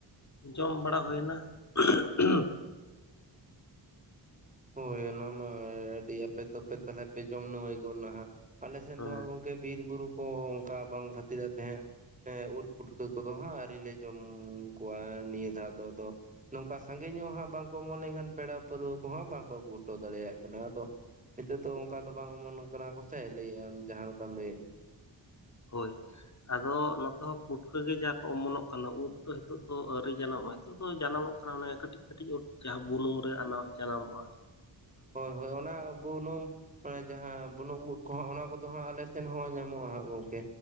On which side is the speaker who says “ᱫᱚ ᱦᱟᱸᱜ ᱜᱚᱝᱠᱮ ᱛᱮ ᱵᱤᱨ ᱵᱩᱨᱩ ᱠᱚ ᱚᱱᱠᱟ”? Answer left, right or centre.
Right